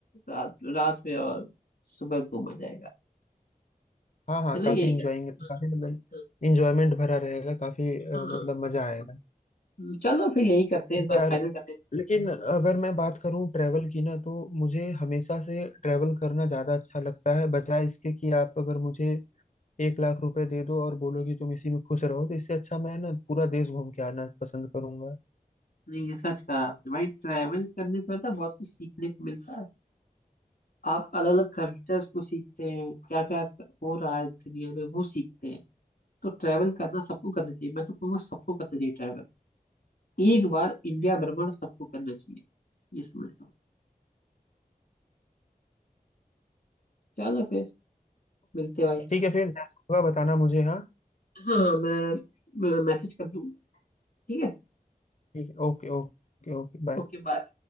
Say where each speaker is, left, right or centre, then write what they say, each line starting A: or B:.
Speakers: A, on the left (about 75°); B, on the left (about 50°).
A: रात रात में और सुबह घूमा जाएगा
B: हाँ हाँ
A: चलो
B: काफी
A: यही
B: इंजॉइंग
A: कर
B: काफी मतलब
A: हाँ
B: इंजॉयमेंट भरा रहेगा काफी
A: हाँ,
B: अ, मतलब मजा आएगा
A: हाँ। चलो फिर यही करते हैं
B: देखो
A: इस बार
B: यार
A: फाइनल करते हैं
B: लेकिन अगर मैं बात करूँ ट्रैवल की ना तो मुझे हमेशा से ट्रैवल करना ज्यादा अच्छा लगता है बजाय इसके कि आप अगर मुझे एक लाख रुपए दे दो और बोलो कि तुम इसी में खुश रहो तो इससे अच्छा मैं ना पूरा देश घूम के आना पसंद करूंगा
A: नहीं ये सच कहा आपने भाई ट्रैवल्स करने से पता है बहुत कुछ सीखने को मिलता है आप अलग अलग कल्चर्स को सीखते हैं क्या क्या हो रहा है दुनिया में वो सीखते हैं तो ट्रैवल करना सबको करना चाहिए मैं तो कहूँगा सबको करना चाहिए ट्रैवल एक बार इंडिया भ्रमण सबको करना चाहिए ये समझ लो चलो फिर मिलते हैं भाई
B: ठीक है फिर जैसा होगा बताना मुझे हाँ
A: हाँ मैं मैसेज कर दूँ ठीक है
B: ठीक है ओके ओके ओके बाय
A: Okay bye